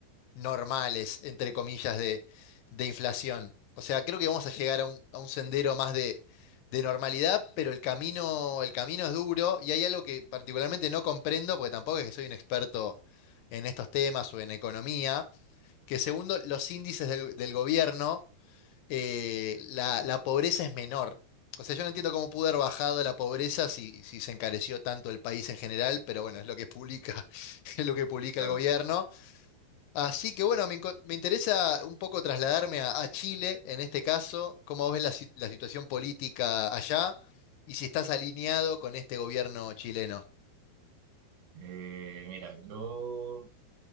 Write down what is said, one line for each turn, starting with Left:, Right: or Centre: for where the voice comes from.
Left: normales, entre comillas, de, de inflación. O sea, creo que vamos a llegar a un, a un sendero más de, de normalidad, pero el camino, el camino es duro y hay algo que particularmente no comprendo, porque tampoco es que soy un experto en estos temas o en economía que segundo los índices del, del gobierno, eh, la, la pobreza es menor. O sea, yo no entiendo cómo pudo haber bajado la pobreza si, si se encareció tanto el país en general, pero bueno, es lo que publica, <laughs> es lo que publica
Right: Claro.
Left: el gobierno. Así que bueno, me, inco- me interesa un poco trasladarme a, a Chile en este caso, cómo ves la, si- la situación política allá y si estás alineado con este gobierno chileno.
Right: Eh, mira, yo